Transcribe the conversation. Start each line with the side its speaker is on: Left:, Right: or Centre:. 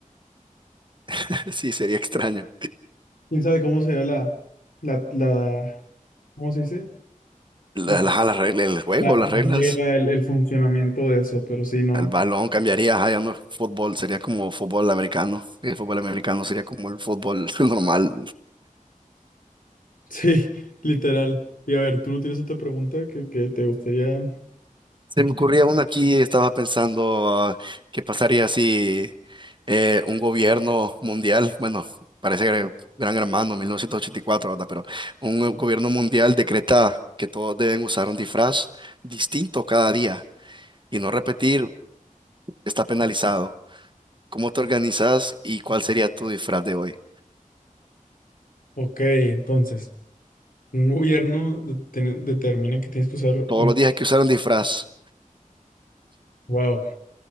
Right: <laughs> Sí, sería extraño.
Left: quién sabe cómo sería la, la, la, ¿cómo se dice?
Right: La-
Left: La,
Right: la- Las, reglas el juego,
Left: la-
Right: las
Left: la
Right: reglas.
Left: regla, el, el funcionamiento de eso, pero sí, no.
Right: El balón cambiaría, ajá, ya no es fútbol, sería como fútbol americano. El fútbol americano sería como el fútbol <laughs> normal.
Left: Sí, <laughs> literal. Y a ver, ¿tú no tienes otra pregunta que, que te gustaría?
Right: Se me ocurría una aquí, estaba pensando ah, qué pasaría si eh, un gobierno mundial, bueno, parece que Gran Hermano, 1984, ¿verdad? Pero un eh, gobierno mundial decreta que todos deben usar un disfraz distinto cada día y no repetir está penalizado. ¿Cómo te organizas y cuál sería tu disfraz de hoy?
Left: Ok, entonces. Un gobierno deten- determina que tienes que usar
Right: Todos
Left: un...
Right: los días hay que usar un disfraz.
Left: Wow.